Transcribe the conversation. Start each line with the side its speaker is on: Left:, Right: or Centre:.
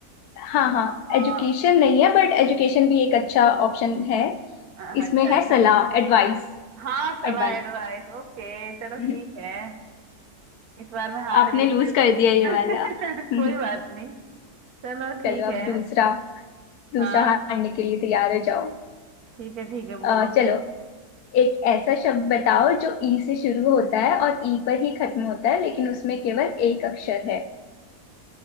Left: हाँ
Right: अच्छा
Left: हाँ एजुकेशन नहीं है बट एजुकेशन भी एक अच्छा ऑप्शन है
Right: अच्छा
Left: इसमें है सलाह एडवाइस
Right: हाँ सलाह
Left: एडवाइस
Right: एडवाइस ओके चलो
Left: <laughs>
Right: ठीक है इस बार मैं हार
Left: आपने
Right: गई
Left: लूज
Right: कोई
Left: कर दिया ये वाला
Right: <laughs>
Left: <laughs>
Right: कोई बात नहीं चलो ठीक
Left: चलो अब
Right: है
Left: दूसरा दूसरा
Right: हाँ
Left: हारने के लिए तैयार हो जाओ
Right: ठीक है ठीक है
Left: अ,
Right: बोलो
Left: चलो एक ऐसा शब्द बताओ जो ई से शुरू होता है और ई पर ही खत्म होता है लेकिन उसमें केवल एक अक्षर है